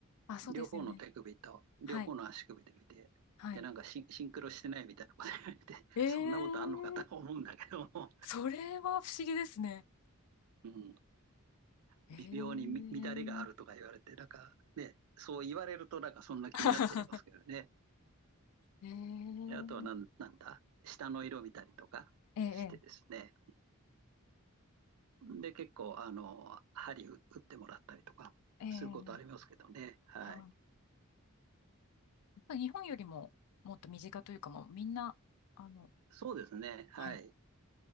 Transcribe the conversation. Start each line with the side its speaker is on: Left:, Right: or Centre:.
Left: あ、そうですよね。
Right: 両方の手首と、両方の足首で見て、
Left: はい。はい。
Right: で、なんかシンシンクロしてないみたいなこと言われて、
Left: ええ
Right: そんなことあんのかと思うんだけども、
Left: それは不思議ですね。
Right: うん、
Left: えー
Right: 微妙にみ乱れがあるとか言われて、なんかね、そう言われるとなんかそんな気になっちゃいますけどね。
Left: <laughs> えー、
Right: で、あとはなん、なんだ、下の色見たりとかしてですね、
Left: ええ
Right: うん。で、結構、あの、針打ってもらったりとかすることありますけどね、
Left: ええええ
Right: はい。
Left: はい。やっぱり日本よりももっと身近というか、もうみんな、あの、
Right: そうですね、はい。
Left: はい、